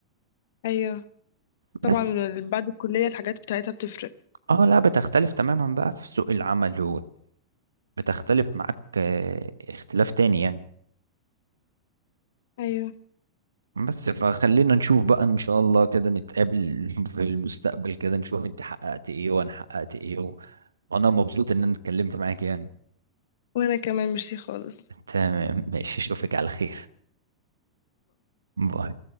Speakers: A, on the left; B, on the right.
A: ايوه طبعا
B: بس
A: بعد الكليه الحاجات بتاعتها بتفرق
B: اه لا بتختلف تماما بقى في سوق العمل وبتختلف معاك آه، اختلاف تاني يعني
A: ايوه
B: بس فخلينا نشوف بقى ان شاء الله كده نتقابل <laughs> في المستقبل كده نشوف انت حققت ايه وانا حققت ايه و... وانا مبسوط ان انا اتكلمت معاك يعني
A: وانا كمان ميرسي خالص
B: تمام ماشي اشوفك على خير باي